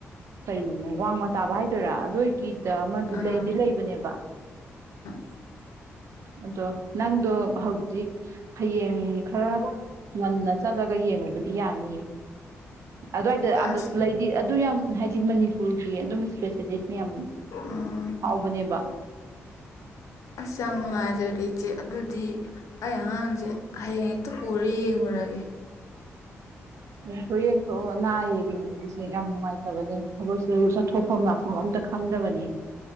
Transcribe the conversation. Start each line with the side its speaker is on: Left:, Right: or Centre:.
Right: ꯀꯔꯤꯅꯣ ꯋꯥꯡꯃ ꯇꯥꯕ ꯍꯥꯏꯗꯣꯏꯔꯥ ꯑꯗꯨꯏꯒꯤꯗ ꯑꯃꯗꯤ
Left: ꯑꯥ
Right: ꯂꯩꯗꯤ ꯂꯩꯕꯅꯦꯕ
Left: <inaudible>
Right: ꯑꯗꯣ ꯅꯪꯗꯣ ꯍꯧꯖꯤꯛ ꯍꯌꯦꯡ ꯈꯔ ꯉꯟꯅ ꯆꯠꯂꯒ ꯌꯦꯡꯉꯨꯕ ꯌꯥꯅꯤꯌꯦ ꯑꯗꯨꯋꯥꯏꯗ
Left: ꯑꯁ
Right: ꯂꯩꯗꯤ ꯑꯗꯨ ꯌꯥꯝ ꯍꯥꯏꯗꯤ ꯃꯅꯤꯄꯨꯔꯒꯤ ꯑꯗꯨꯝ ꯏꯁꯄꯦꯁꯦꯂꯤꯁꯅ ꯌꯥꯝ
Left: ꯑ
Right: ꯐꯥꯎꯕꯅꯦꯕ
Left: ꯑꯁ ꯌꯥꯝ ꯅꯨꯡꯉꯥꯏꯖꯔꯦ ꯏꯆꯦ ꯑꯗꯨꯗꯤ ꯑꯩꯍꯥꯟ ꯍꯌꯦꯡ ꯍꯦꯛꯇ ꯄꯨꯔ ꯌꯦꯡꯂꯡꯉꯨꯔꯒꯦ
Right: ꯌꯦꯡꯊꯣꯛ ꯌꯦꯡꯊꯣꯛꯑꯣ ꯑꯅꯥ ꯑꯌꯦꯡꯅꯤꯡꯕꯒꯤꯁꯦ ꯌꯥꯝ ꯅꯨꯡꯉꯥꯏꯇꯕꯅꯤ ꯊꯕꯛꯁꯨ ꯆꯠꯊꯣꯛꯐꯝ ꯂꯥꯛꯐꯝ ꯑꯝꯇ ꯈꯪꯗꯕꯅꯤ